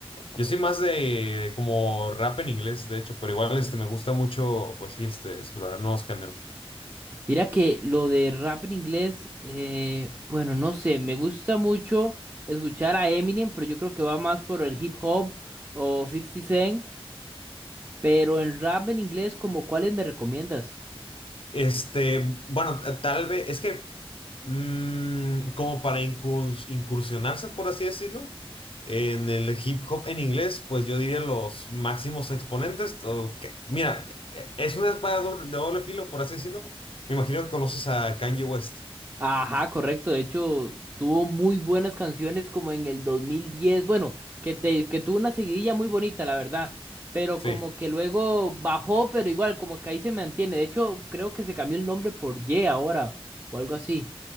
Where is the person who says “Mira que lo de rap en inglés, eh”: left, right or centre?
Right